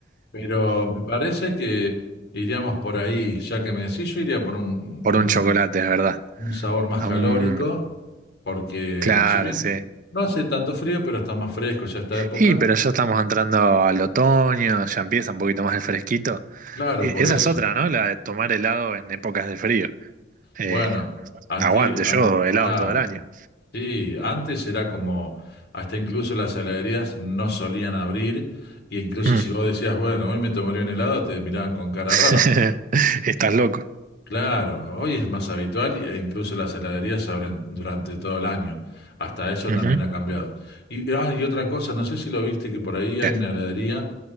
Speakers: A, on the left; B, on the right.
A: pero me parece que iríamos por ahí, ya que me decís, yo iría por un,
B: Por
A: un
B: un chocolate, es verdad.
A: un sabor más
B: A
A: calórico,
B: un,
A: porque
B: claro,
A: si bien
B: sí.
A: no hace tanto frío, pero está más fresco ya esta época.
B: Sí, pero ya estamos entrando al otoño, ya empieza un poquito más el fresquito.
A: Claro,
B: E-
A: por
B: Esa
A: eso.
B: es otra, ¿no? La de tomar helado en épocas de frío. Eh,
A: Bueno, anti,
B: aguante,
A: an-
B: yo helado
A: claro,
B: todo el año.
A: sí, antes era como, hasta incluso las heladerías no solían abrir, y incluso
B: Mm.
A: si vos decías, bueno, hoy me tomaría un helado, te miraban con cara
B: <laughs>
A: rara.
B: Estás loco.
A: Claro, hoy es más habitual y- e incluso las heladerías abren durante todo el año. Hasta eso
B: Ujú.
A: también ha cambiado. Y, ah, y otra cosa, no sé si lo viste, que por ahí
B: ¿Qué?
A: hay una heladería